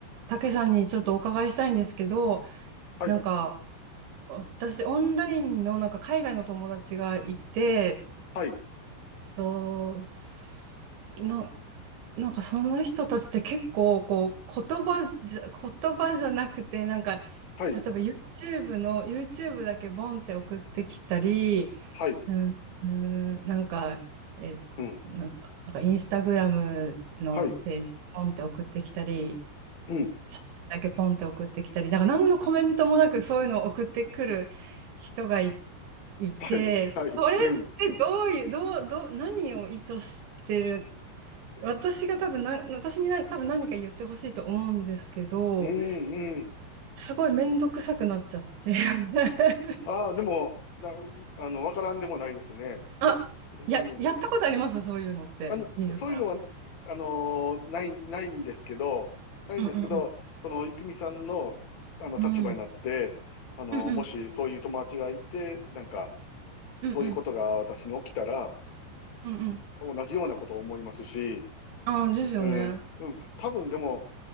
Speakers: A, on the right; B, on the left.
A: たけさんにちょっとお伺いしたいんですけど、
B: はい、
A: なんか、私、オンラインの、なんか、海外の友達がいて、
B: はい、
A: えっと、すな、なんか、その人たちって結構、こう、言葉じゃ、言葉じゃなくて、なんか、
B: はい、
A: 例えば YouTube の、YouTube だけボンって送ってきたり、
B: はい、
A: うん、うんなんか、え、
B: うん、
A: なんか、なんかインスタグラムのページ、
B: はい、
A: ポンって送ってきたり、
B: うん、
A: 写真だけポンって送ってきたり、なんか何のコメントもなくそういうのを送ってくる人がい、いて、
B: はい、はい、
A: それってどういう、
B: うん、
A: どう、どう、何を意図してる、私が多分な、私にな多分何か言ってほしいと思うんですけど、
B: うん、うん。
A: すごい面倒くさくなっちゃって。<laughs>
B: ああ、でも、な、あの、わからんでもないですね。
A: あ、
B: うん。
A: や、やったことありますそういうのって、
B: あの、
A: 自ら。
B: そういうのは、あのーない、ないんですけど、ないんですけど、
A: うんうんう
B: その、郁美さんの、あの、
A: ん。
B: 立場になって、
A: うん
B: あのーもしそういう友達がいて、
A: うんうん
B: なんか、
A: うんうん
B: そういうことが私に起きたら、
A: うんうん。
B: 同じようなことを思いますし、
A: ああ、ですよね。
B: うん、うん、多分でも、